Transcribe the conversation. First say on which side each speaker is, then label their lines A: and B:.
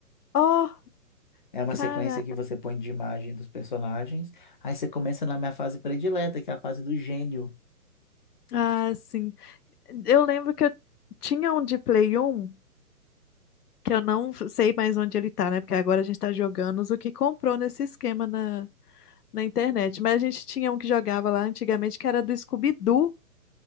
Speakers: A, on the left; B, on the left.
A: Oh,
B: É uma
A: cara.
B: sequência que você põe de imagem dos personagens. Aí você começa na minha fase predileta, que é a fase do gênio.
A: Ah, sim. Eu lembro que eu tinha um de Play um que eu não sei mais onde ele tá, né? Porque agora a gente tá jogando os o que comprou nesse esquema na, na internet. Mas a gente tinha um que jogava lá antigamente, que era do Scooby-Doo.